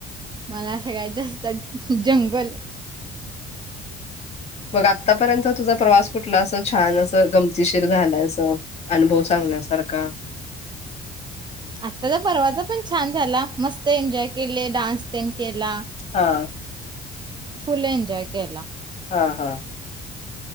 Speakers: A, on the right; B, on the left.
A: मला सगळ्यात जास्त जंग गल.
B: मग आतापर्यंत तुझा प्रवास कुठला असं छान असं गमतीशीर झालंय असं, अनुभव सांगन्यासारखा.
A: आताचा परवाचा पण छान झाला. मस्त एन्जॉय केले डान्स तेन केेला.
B: हा.
A: फुल् एंजॉय केेला.
B: हा हा.